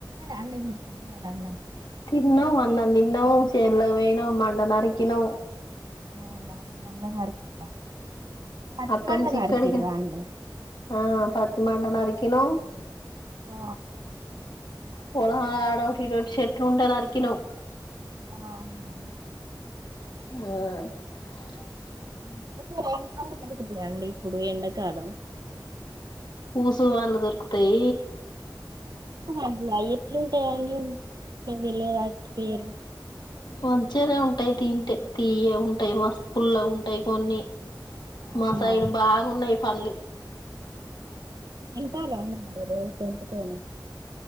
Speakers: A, on the right (about 55°); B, on the left (about 65°).
A: అల్గపో అలాన్నా <unintelligible>
B: తిన్నం అన్నం తిన్నం చేలోకి పొయినం మండ నరకినం
A: అవునా <unintelligible> మండంగా అరకి పట్టి
B: అక్క
A: మండంగా
B: నుంచి ఇక్కడికి
A: అరకి రాలే
B: ఆ పత్తి మండ నరికినం
A: ఆ
B: పొలం లో ఆడోటి ఇడోటి చెట్లు ఉంటే నరికినవ్
A: ఆ అవునా
B: ఆ
A: ే ర ఏం ప <unintelligible> దరుగుతాయంండి ఇప్పుడు ఎండకాలం
B: ఊసు వాళ్లు దొరుకుతయి
A: <unintelligible> మడియి ఎతులుంటయని వల అట్ పేరు
B: మంచిగనే ఉంటాయి తింటే తియ్యగా ఉంటాయి మస్తు పుల్లగా ఉంటాయి కొన్ని
A: అవునా
B: మా సైడ్ బాగున్నాయి పల్లు
A: ఎంట రా మ రోజ చెకో <unintelligible>